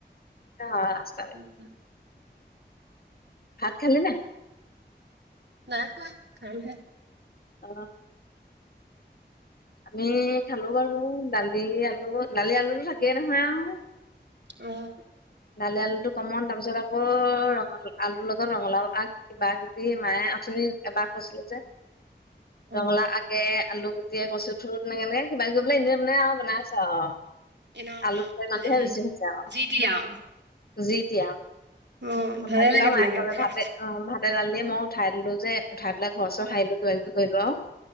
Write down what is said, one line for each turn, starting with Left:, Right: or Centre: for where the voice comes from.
Left: ৰাস্ত <inaudible>
Right: উম।
Left: ভাত খালি নাই?
Right: নাই খোৱা, খাম হে।
Left: অঁ। আমি খালো বাৰু দালি আলু দালি আলু থাকেই নহয় আৰু।
Right: উম।
Left: দালি আলু টো কমন, তাৰপিছত আকৌ ৰঙ আলু লগা। ৰঙলাও আগ কিবা কিবি মায়ে উঠনি এবাৰ কৈছিলো যে।
Right: অ',
Left: ৰঙালাও আকে। আলু গুটেই কচু থুৰী তেনেক কিবা কিবি বোলে এনে বনাই আৰু বনাইছে আৰু।
Right: এনে
Left: আলক মানুহহে
Right: হেৰি
Left: বেছি হৈছে আৰু
Right: যি তি আৰু
Left: উ যি দয়া <unintelligible>
Right: অ',
Left: এখন
Right: ভালে
Left: ভাজি
Right: লাগে
Left: লা মায়েফালে
Right: তেনেকে খাই
Left: ভাবে <unintelligible> অ' ভাতেডাল দিয়ে মই উঠাই দিলো যে, উঠাই পেলাই ঘৰ চৰ হাৰিলো কিবা কিবি কৰিলো আৰু।